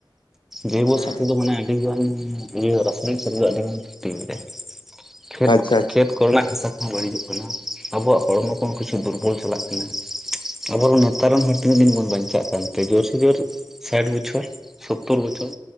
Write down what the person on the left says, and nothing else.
ᱦᱮᱸ
ᱟᱪᱪᱷᱟ ᱟᱪᱪᱷᱟ